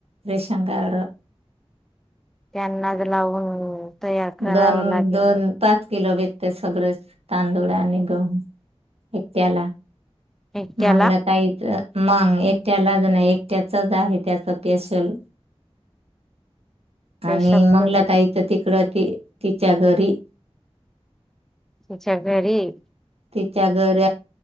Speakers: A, on the right; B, in the centre.
A: रेशंकर
B: त्यांना लावून तयार करावं
A: दोन
B: लागेल
A: दोन पाच ति ल बितते सगळे तांदूळ आणि गहू एक्याला
B: एकट्याला
A: मंगलाात यच मग एकट्याला ज नाही एकट्याचाच आहे त्याचा स्ेशल
B: स्पेशल
A: आणि मंगलात आयचं तिकड त तिच्या घरी
B: अच्च्याा घरीब
A: तिच्या घऱ